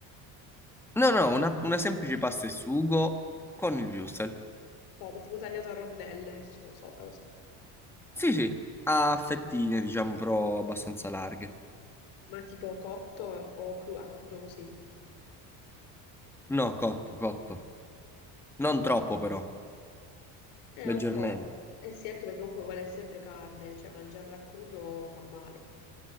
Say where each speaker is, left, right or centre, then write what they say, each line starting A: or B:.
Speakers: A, in the centre; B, on the left.
A: No, no, una, una semplice pasta e sugo con il würstel.
B: Sopra, tipo tagliato a rondelle, so- sopra così.
A: Sì, sì, a fettine, diciamo, però abbastanza larghe.
B: Ma tipo cotto o cru- a crudo così.
A: No, cotto, cotto. Non troppo, però,
B: Eh,
A: leggermente.
B: un po'. Eh sì, anche perché comunque quella è sempre carne, cioè mangiarla a crudo fa male.